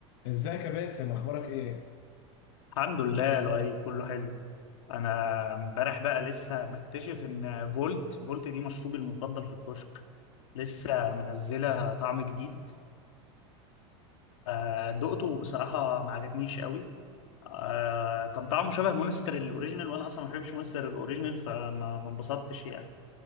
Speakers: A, on the left; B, on the left.
A: ازيك يا باسم اخبارك ايه
B: الحمد لله لؤي كله حلو انا امبارح بقى لسه مكتشف ان فولت فولت دي مشروبي المفضل في الكشك لسه منزله طعم جديد فدقته وبصراحه ما عجبنيش قوي آه، كان طعمه شبه مونستر الاوريجينال وانا اصلا ما بحبش مونستر الاوريجينال فما ما انبسطتش يعني